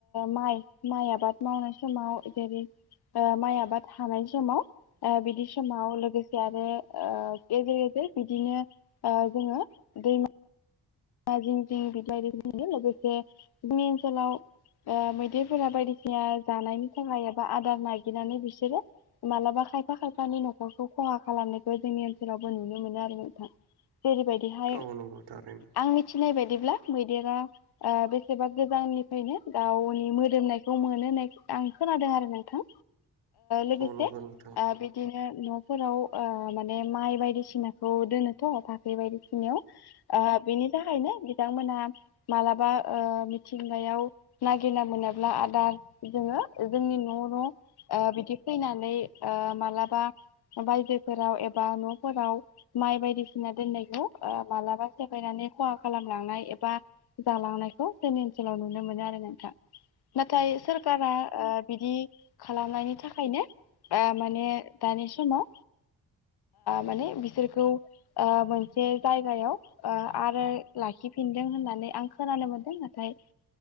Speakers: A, on the left; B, on the right.
A: माइ माइ आबाद मावनाय समाव जेरै माइ आबाद हानाय समाव बिदि समाव लोगोसे आरो गेजेर गेजेर बिदिनो जोङो दैमा मा जिं जिं बिलाफोरो लोगोसे जोंनि ओनसोलाव मैदेरफोरा बायदिसिना जानायनि थाखाय एबा आदार नागिरनानै बिसोरो मालाबा खायफा खायफानि न'खरखौ खहा खालामनायखौ जोंनि ओनसोलावबो नुनो मोनो आरो बिथां। जेरैबायदिहाय
B: औ नंगौ थारैनो
A: आं मिथिनाय बायदिब्ला। मैदेरा बेसेबा गोजाननिफ्रायनो गावनि मोदोमनायखौ मोनो होननाय आंखौ। खोनादों आरो नोंथां लोगोसे
B: औ नंगौ नोंथां
A: बिदिनो न'। फोराव माने माइ बायदिसिनाखौ दोनोथ' थाखै बायदिसिनायाव। बेनि थाखायनो बिथांमोना मालाबा मिथिंगायाव नागिरना मोनाब्ला आदार जोङो। जोंनि न न बिदि फैनानै मालाबा बायजोफोराव एबा न'फोराव माइ बायदिसिना दोननायखौ मालाबा फैनानै खहा खालामलांनाय एबा जालांनायखौ जोंनि ओनसोलाव नुनो मोनो आरो नोंथां नाथाय सोरखारा बिदि खालामनायनि थाखायनो माने दानि समाव माने बिसोरखौ मोनसे जायगायाव आरो लाखिफिनदों होननानै आं खोनानो मोन्दों नाथाय